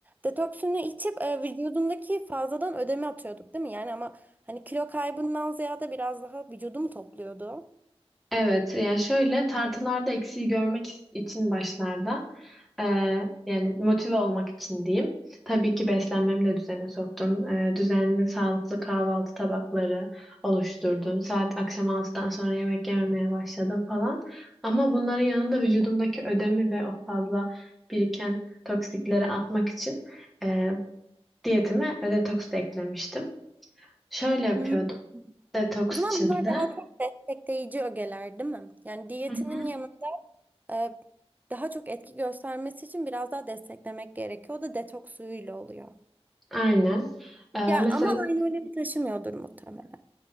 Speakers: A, on the right; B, in the centre.
A: Detoksunu içip e, vücudundaki fazladan ödemi atıyorduk değil mi? Yani ama hani kilo kaybından ziyade biraz daha vücudu mu topluyordu?
B: Evet, yani şöyle tartılarda eksiği görmek is- için başlarda e, yani motive olmak için diyeyim. Tabii ki beslenmemi de düzene soktum. E, düzenli sağlıklı kahvaltı tabakları oluşturdum. Saat akşam 6'dan sonra yemek yememeye başladım falan. Ama bunların yanında vücudumdaki ödemi ve o fazla biriken toksikleri atmak için e, diyetime detoks da eklemiştim. Şöyle yapıyordum
A: Hmm.
B: detoks
A: O zaman
B: içinde.
A: bunlar daha çok destekleyici ögeler değil mi? Yani diyetinin
B: Hı hı.
A: yanı e, daha çok etki göstermesi için biraz daha desteklemek gerekiyor. O da detoks suyuyla oluyor.
B: Aynen. E,
A: Ya
B: mesela
A: ama aynı önemi taşımıyordur muhtemelen.